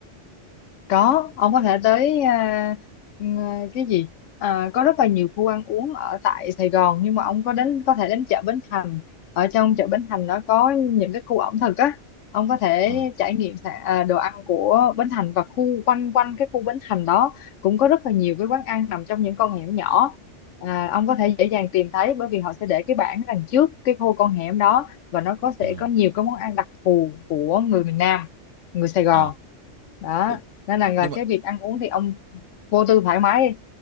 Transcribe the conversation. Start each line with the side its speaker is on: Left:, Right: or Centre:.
Left: Có, ông có thể tới à, ừm, à, cái gì? À, có rất là nhiều khu ăn uống ở tại Sài Gòn nhưng mà ông có đến có thể đến chợ Bến Thành. Ở trong chợ Bến Thành nó có những cái khu ẩm thực á. Ông có thể
Right: Ờ.
Left: trải nghiệm sa- à, đồ ăn của Bến Thành và khu quanh quanh cái khu Bến Thành đó cũng có rất là nhiều cái quán ăn nằm trong những con hẻm nhỏ. À, ông có thể dễ dàng tìm thấy bởi vì họ sẽ để cái bảng đằng trước cái khu con hẻm đó và nó có
Right: Ờ.
Left: sẽ có nhiều cái món ăn đặc thù của người miền Nam, người Sài Gòn
Right: à
Left: đó
Right: Ừ,
Left: nên là, là
Right: Nhưng mà
Left: cái việc ăn uống thì ông vô tư thoải mái đi